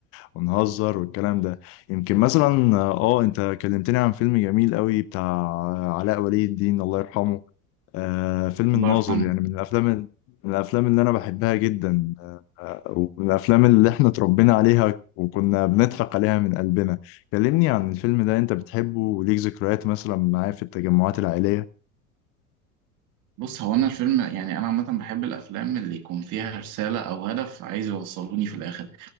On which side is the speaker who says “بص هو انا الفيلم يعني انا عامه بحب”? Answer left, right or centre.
Right